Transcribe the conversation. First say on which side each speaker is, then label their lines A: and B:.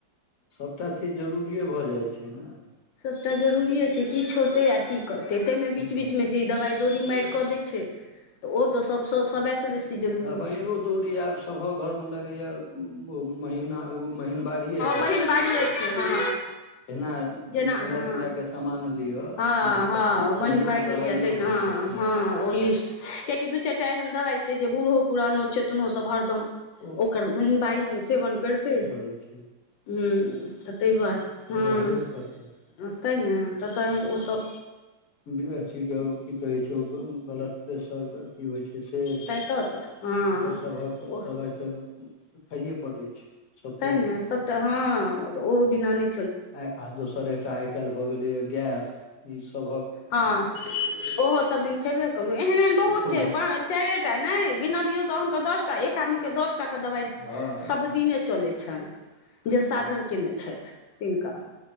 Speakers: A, on the left; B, on the left.
A: सभटा चीज जरूरिए भऽ जाइत छै नऽ
B: सभटा जरूरिे छै की छोड़तै आ की करतै ताहिमे
A: की
B: बीच
A: करतै
B: बीचमे जे ई दवाइ <unintelligible> छै ओ तऽ <unintelligible> सबसँ बेसी जरूरी
A: दबाइयो
B: छै
A: दौरी आब सभक घरमे लगैए ओ महिना महिन बारिए छौ
B: महिनबारिै छै हँ
A: एहिना
B: जेना
A: खेनाइ
B: हँ
A: पिनाइ के सामान लिअ
B: हँ
A: महंगाई
B: हँ
A: तहिना
B: महिन बाजल
A: दबाइयो
B: तहिना
A: भऽ जाइ छै महंगाई
B: हँ ओ लिस्ट कियकि दू चारि टा एहन दवाइ छै जे बूढ़ो पुरानो चेतनो सब हरदम
A: ओ
B: ओकर महीन बाड़ीमे सेवन करितै
A: ै छी
B: हू तऽ ताहि दुआरे हँ
A: रहबे
B: तयन
A: ने करतै
B: ओतै ने ततऽ ओसभ
A: <unintelligible> ठिक हो की कहै छै ओ ब्लड प्रेशर की होइ छै से
B: तैँ तऽ हँ
A: ओकर सभक
B: ओ
A: दबाइ तऽ खाईये पड़ैत छै सब
B: तेने
A: दिने
B: सबटा हँ ओ बिनाान
A: आ आ दोसर एकटा आइ काल्हि भऽ गेलैए गैस ईसभक
B: हँ ओहो सभ दिन खेबे करू एहन एहन बहुत
A: भरल
B: छै चार नहि गिनबियौ तहन तऽ दसटा एक आदमी के दस के दबाइ
A: हँ
B: सब दिने चलैत अछि जे
A: सब
B: साधन केने छथि तिनका